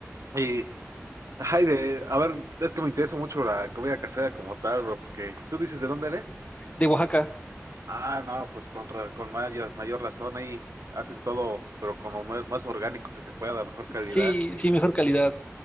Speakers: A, on the right; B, on the left.
A: Y, ay, de, a ver, es que me interesa mucho la comida casera como tal, bro, porque tú dices, ¿de dónde eres?
B: de Oaxaca.
A: Ah, no, pues con, ra- con mayor, mayor razón ahí hacen todo, pero con lo más, más orgánico que se pueda, mejor calidad.
B: Sí,
A: Sí.
B: sí, mejor calidad.